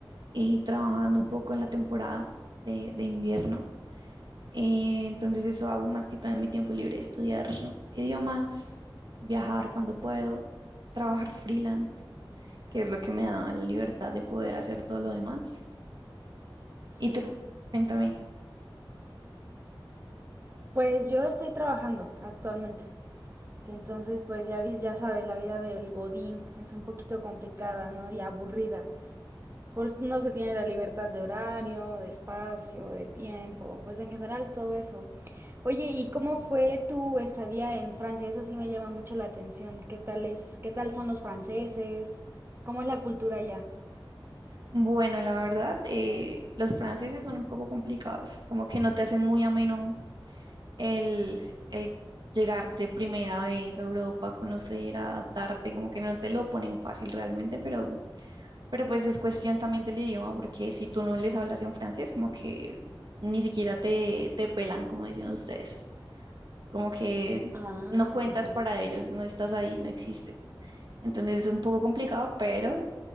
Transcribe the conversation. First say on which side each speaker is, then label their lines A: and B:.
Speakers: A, on the right (about 60°); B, on the right (about 30°).
A: y trabajando un poco en la temporada de, de invierno. Eh, entonces eso hago más que todo en mi tiempo libre, estudiar idiomas, viajar cuando puedo, trabajar freelance. que es lo que me da la libertad de poder hacer todo lo demás. ¿Y
B: Sí.
A: tú? Cuéntame.
B: Pues yo estoy trabajando actualmente. Entonces, pues ya, vi- ya sabes, la vida del Godín es un poquito complicada, ¿no? Y aburrida. Por, no se tiene la libertad de horario, de espacio, de tiempo, pues en general todo eso. Oye, ¿y cómo fue tu estadía en Francia? Eso sí me llama mucho la atención. ¿Qué tal es, qué tal son los franceses? ¿Cómo es la cultura allá?
A: Bueno, la verdad, eh, los franceses son un poco complicados, como que no te hacen muy ameno el, el llegar de primera vez a Europa, conocer, adaptarte, como que no te lo ponen fácil realmente, pero, pero pues es cuestión también del idioma, porque si tú no les hablas en francés, como que ni siquiera te, te pelan, como dicen ustedes. como que
B: Ah,
A: no cuentas
B: ajá.
A: para ellos, no estás ahí, no existes. Entonces es un poco complicado, pero